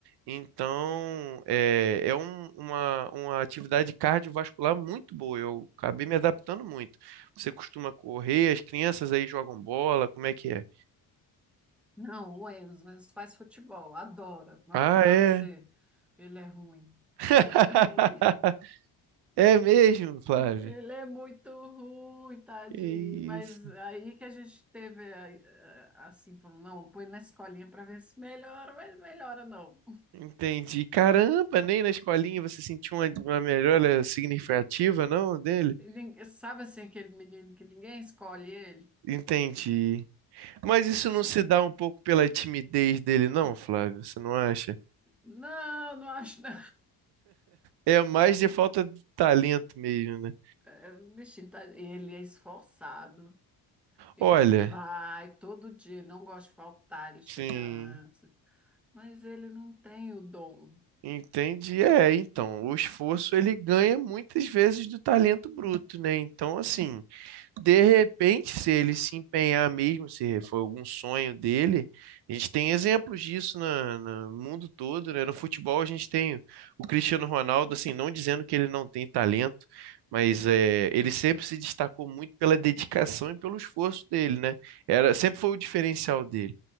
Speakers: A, on the right; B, in the centre.
A: Então, é, é um- uma, uma atividade cardiovascular muito boa. Eu acabei me adaptando muito. Você costuma correr, as crianças aí jogam bola, como é que é?
B: Não, o Enzo, o Enzo faz futebol, adora. Mas
A: Ah,
B: vou falar
A: é.
B: para você, ele é ruim.
A: <laughs>
B: Ele é ruim.
A: É mesmo, Flávio.
B: Ele é muito ruim, tadinho.
A: Que
B: Mas
A: isso.
B: aí que a gente teve, eh, eh, assim, falou, não, põe na escolinha para ver se melhora, mas melhora não.
A: Entendi. Caramba, nem na escolinha você sentiu uma, uma melhora significativa, não, dele?
B: E ninguém- Sabe assim, aquele menino que ninguém escolhe ele?
A: Entendi. Mas isso
B: Bicho,
A: não se dá um pouco pela timidez dele, não, Flávio? Você não acha?
B: Não, não acho não.
A: É mais de falta de talento mesmo, né?
B: É, Bichinho, tá, ele é esforçado. Ele
A: Olha,
B: vai todo dia, ele não gosta de faltar, ele chega
A: sim,
B: antes. Mas ele não tem o dom.
A: entendi. É, então, o esforço ele ganha muitas vezes do talento bruto, né? Então, assim. De repente, se ele se empenhar mesmo, se for algum sonho dele, a gente tem exemplos disso na, na- no mundo todo, né? No futebol a gente tem o Cristiano Ronaldo, assim, não dizendo que ele não tem talento, mas é, ele sempre se destacou muito pela dedicação e pelo esforço dele, né? Era, sempre foi o diferencial dele.